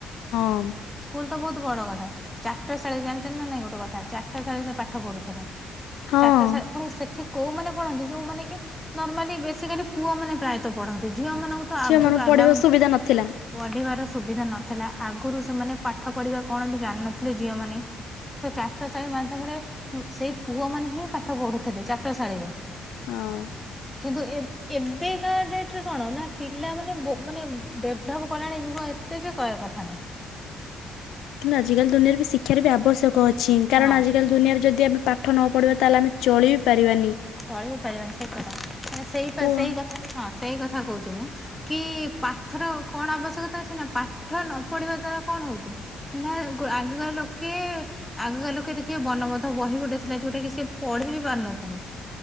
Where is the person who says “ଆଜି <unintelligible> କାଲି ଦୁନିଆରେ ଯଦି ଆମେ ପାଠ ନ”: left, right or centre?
Left